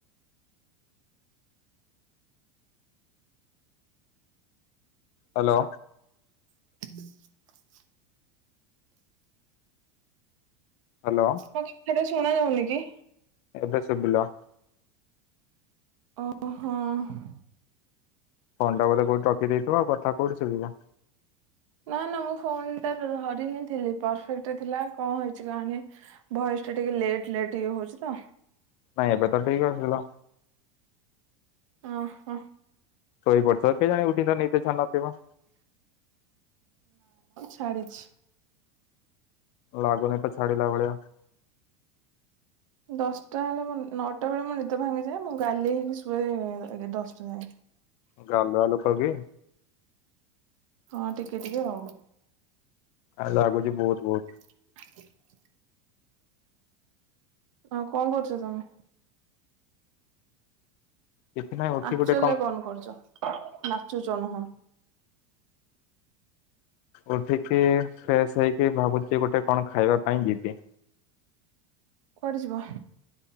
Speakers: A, on the left; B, on the right.
A: ହାଲୋ।
B: <unintelligible>
A: ହ୍ୟାଲୋ
B: ମଁ କି <unintelligible> ଶୁଣା ଯାଉନି କି?
A: ଏବେ ସୁଵିଲା।
B: ହଁ
A: ଫୋନ ଟା ବୋଧେ କୋଉଠି ରଖିଦେଇଥିବ ଆଉ କଥା କୋଉଠି ସୁବିବ।
B: ନା ନା ମୁଁ ଫୋନ ଟା ଧରି ହିଁ ଥିଲି ପରଫେକ୍ଟ ଥିଲା କଣ ହେଇଛି କେଜାଣି ଭଏସ ଟା ଟିକେ ଲେଟ ଲେଟ ଇଏ ହଉଛି ତ।
A: ନାଇଁ ଏବେ ତ ଠିକ ଆସିଗଲା।
B: ଓ ହ।
A: ଶୋଇ ପଡ। ତୋର କେଜାଣି ଉଠିକି ତ ନିଦ ଛାଡି ନ ଥିବ ।
B: ଛାଡ଼ିଛି।
A: ଲାଗୁନି ତ ଛାଡ଼ିଲା ଭଳିଆ ।
B: ଦଶଟା ବେଳେ ମୋ ନଅଟା ବେଳେ ମୋ ନିଦ ଭାଙ୍ଗିଯାଏ ମୁଁ ଗାଲେଇ ହେଇକି ଶୁଏ ଏଗ ଦଶଟା ଯାଙ୍କେ।
A: ଗାଲୁଆ ଲୋକ କି।
B: ହଁ ଟିକେ ଟିକେ ଆଉ।
A: ଏ ଲାଗୁଛି ବହୁତ ବହୁତ।
B: <unintelligible> ଆଉ କଣ କରୁଛ ତମେ।
A: କିଛି ନାହିଁ ଉଠି
B: ଅକ୍ଚୁଆଲ
A: ଗୋଟେ
B: ରେ କଣ କରୁଛ ନାଚୁଛ ନୁହଁ।
A: ଉଠିକି ଫ୍ରେଶ ହେଇକି ଭାବୁଛି ଗୋଟେ କଣ ଖାଇବା ପାଇଁ ଯିବି।
B: କୁଆଡେ ଯିବ।